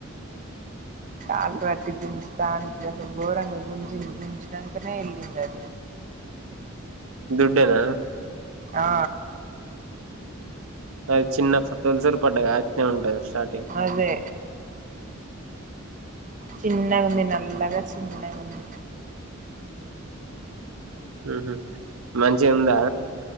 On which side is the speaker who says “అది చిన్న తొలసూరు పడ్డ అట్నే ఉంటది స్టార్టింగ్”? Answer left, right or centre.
Right